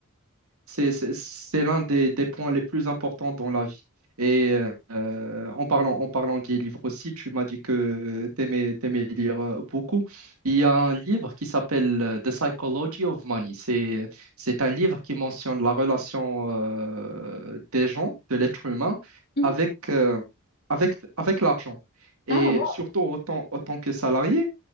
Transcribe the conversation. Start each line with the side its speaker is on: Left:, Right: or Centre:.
Right: C'est, c'est- c'est l'un des, des points les plus importants dans la vie. Et euh, en parlant, en parlant des livres aussi, tu m'as dit que tu aimais, lire euh, beaucoup. Il y a un livre qui s'appelle euh, The Psychology of Money. C'est, c'est un livre qui mentionne la relation euh, des gens, de l'être humain,
Left: Mhm.
Right: avec, euh, avec, avec l'argent. Et
Left: Ah, wow.
Right: surtout autant, autant que salarié.